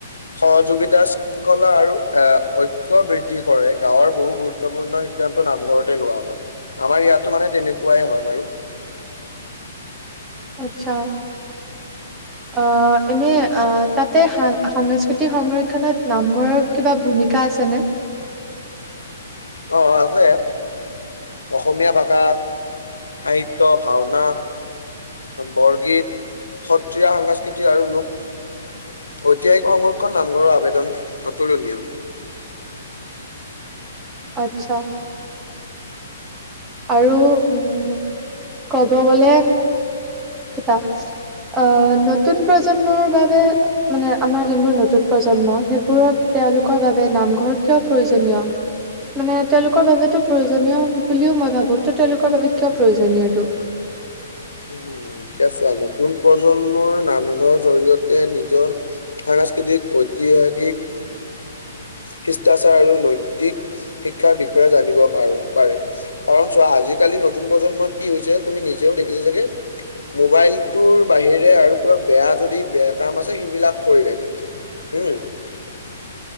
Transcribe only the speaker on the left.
সহযোগিতা শৃংখলা আৰু এ ঐক্য বৃদ্ধি কৰে গাঁৱৰ বহু গুৰুত্বপূৰ্ণ সিদ্ধান্ত নামঘৰতে লোৱা হয় আমাৰ ইয়াতো মানে তেনেকুৱাই হয় বাৰু
উম
অ আছে অসমীয়া ভাষা সাহিত্য ভাওনা বৰগীত সত্ৰীয়া সাংস্কৃতি আৰু লোক ঐতিহাসিক সংৰক্ষণ নামঘৰৰ আবেদন অতুলনীয়
উম এতিয়া ছা নতুন প্ৰজন্মৰ নামঘৰ জৰিয়তে নিজৰ সাংস্কৃতিক ঐতিহাসিক শিষ্টাচাৰ আৰু নৈতিক শিক্ষাৰ বিষয়ে জানিব পাৰো পাৰে কাৰণ চোৱা আজিকালি নতুন প্ৰজন্মৰ কি হৈছে তুমি নিজেও দেখিছা চাগে মোবাইলটোৰ বাহিৰে আৰু কিবা বেয়া যদি বেয়া কাম আছে সেইবিলাক কৰি থাকে হম